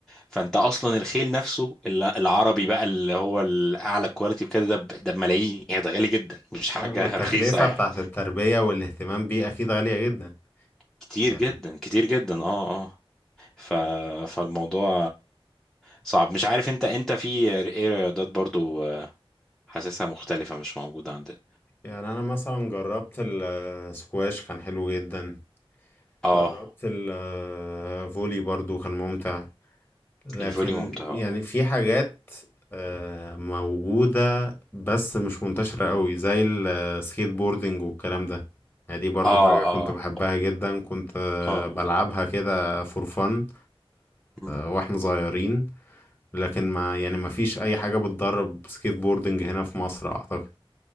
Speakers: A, in the centre; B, on the left (about 20°).
A: فانت اصلا الخيل نفسه ال- العربي بقى اللي هو الاعلى كواليتي وكده ده ب- ده بملايين يعني ده غالي جدا مش حاجة
B: آه، والتكلفة
A: رخيصة يعني
B: بتاعت التربية والاهتمام بيه أكيد غالية جدا
A: كتير
B: يعني
A: جدا كتير جدا اه اه ف... فالموضوع صعب مش عارف انت انت في ايه رياضات برضو حاسسها مختلفة مش موجودة عندنا
B: يعني انا مثلا جربت السكواش كان حلو جدا
A: اه
B: جربت الفولي برضو كان ممتع لكن
A: الفولي ممتع
B: يعني
A: اه
B: في حاجات آه، موجودة بس مش منتشرة قوي زي السكيت بوردنج والكلام ده يعني دي برضو
A: اه
B: حاجة كنت بحبها جدا كنت آه،
A: اه
B: بلعبها كده فور فن
A: مم.
B: واحنا صغيرين لكن ما يعني ما فيش اي حاجة بتدرب سكيت بوردنج هنا في مصر اعتقد